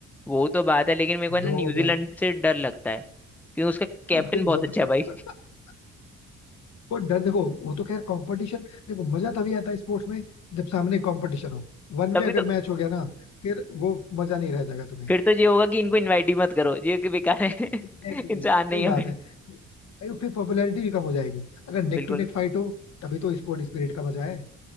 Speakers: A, in the centre; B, on the left.
A: वो तो बात है लेकिन मेरे को है ना
B: दो
A: न्यूजीलैंड
B: हो गया
A: से डर लगता है क्योंकि उसका
B: <laughs>
A: कैप्टन
B: भाई
A: बहुत
B: वो
A: अच्छा
B: तो
A: है भाई
B: <laughs> वो डर देखो वो तो खैर कंपटीशन देखो मजा तभी आता है स्पोर्ट्स में जब सामने कंपटीशन हो वन
A: तभी
B: वे अगर
A: तो
B: मैच हो गया ना फिर वो मजा नहीं रह जाएगा तुम्हें
A: फिर तो ये होगा कि इनको इनवाइट ही मत करो ये कि बेकार है
B: एग्जैक्टली
A: <laughs> इंसान नहीं
B: सही बात
A: है फिर
B: है भाई फिर पॉपुलैरिटी भी कम हो जाएगी अगर नेक
A: बिल्कुल
B: टू नेक फाइट हो तभी तो स्पोर्ट स्पिरिट का मजा है